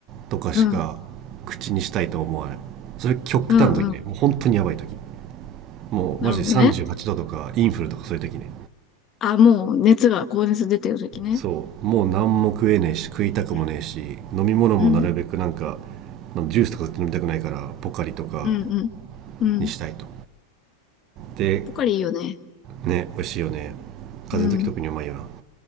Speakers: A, on the right; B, on the left.
A: とかしか
B: うん、
A: 口にしたいと思わないそれ極端の時ねもう本当にやばい時
B: うん、うん。
A: もうマジで38度とかインフルとかそういう時ね
B: なるほどね。あ、もう熱が、高熱出てる時ね。
A: そうもう何も食えねえし食いたくもねえし飲み物もなるべくなんか
B: うん、うん、
A: ジュースとか飲みたくないからポカリとか
B: うん、うん。
A: にしたいとで
B: ポカリいいよね。
A: ね美味しいよね
B: うん、
A: 風邪の時特にうまいよな